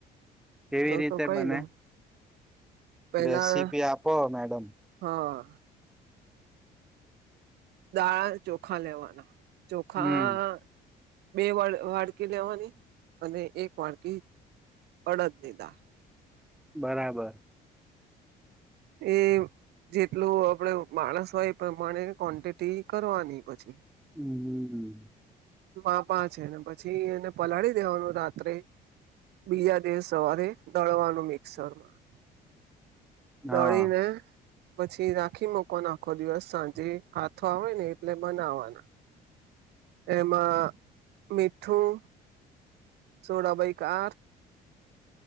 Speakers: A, in the centre; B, on the right.
A: કેવી
B: તો
A: રીતે
B: તો કઈ
A: બને.
B: દઉ પેલા
A: રેસીપી આપો મેડમ
B: હા દાળ ચોખા લેવાના ચોખા
A: હમ
B: બે વાટકી લેવાની અને એક વાટકી અડદ ની દાળ.
A: બરાબર
B: એ જેટલું આપડે માણસ હોય એ પ્રમાણે ક્વન્ટિટી કરવાની પછી
A: હું, હું, હું.
B: મા પા છે ને પછી એને પલાળી દેવાનું રાત્રે બીજા દિવસ સવારે દળવાનું મિક્સરમાં
A: હા
B: દોડી ને પછી રાખી મકવાનો આખો દિવસ સાંજે હાથો આવે ને એટલે બનાવાના એમાં મીઠું સોડા બૈક અ